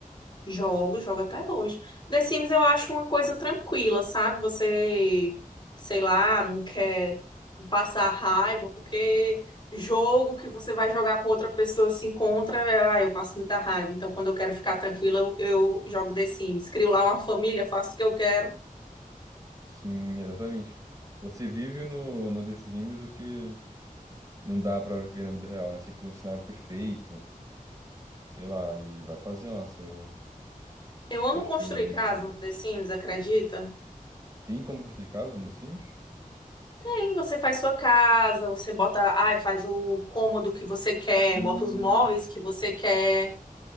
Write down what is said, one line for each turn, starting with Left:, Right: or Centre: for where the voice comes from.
Left: Jogo, jogo até hoje. The Sims eu acho uma coisa tranquila, sabe? Você, sei lá, não quer passar raiva, porque jogo que você vai jogar com outra pessoa se encontra, é, ah, eu passo muita raiva. Então, quando eu quero ficar tranquila, eu, eu jogo The Sims. Crio lá uma família, faço o que eu quero.
Right: Sim, exatamente. Você vive no, no The Sims o que não dá pra viver na vida real, né? Você cria um cenário perfeito, sei lá, e vai fazendo lá seu,
Left: Eu
Right: suas
Left: amo construir
Right: coisas no
Left: casa
Right: The Sims.
Left: no The Sims, acredita?
Right: Tem como construir casa no The Sims?
Left: Tem, você faz sua casa, você bota, ai, faz o cômodo que você quer,
Right: Hum,
Left: bota os móveis que você quer.